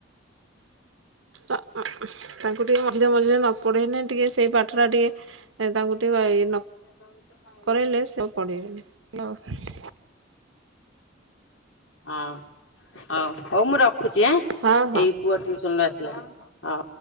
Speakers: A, on the right (about 80°); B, on the left (about 75°).
A: ତ ଉଁ, ହୁଁ, ତାଙ୍କୁ ଟିକେ ମଝି ମଝିରେ ନ ପଢ଼େଇନି ଟିକେ ସେଇ ପାଠଟା ଟିକେ ଏ ତାଙ୍କୁ ଟିକେ ଏଇ ନ
B: <inaudible>
A: କରେଇଲେ ସେ ଆଉ ପଢିବେନି। <inaudible>
B: ଆଉ ଓ ହଉ ମୁଁ ର ଖୁଚି ଆଁ,
A: ହଁ ହଁ।
B: ଏଇ ପୁଅ ଟିଉସନରୁୁ ଆସିଲାଣି ଆ,।